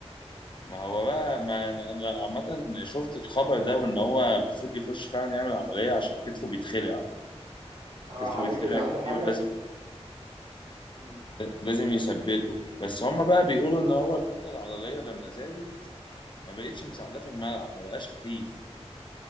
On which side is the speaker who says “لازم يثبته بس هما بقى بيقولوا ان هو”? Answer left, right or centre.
Left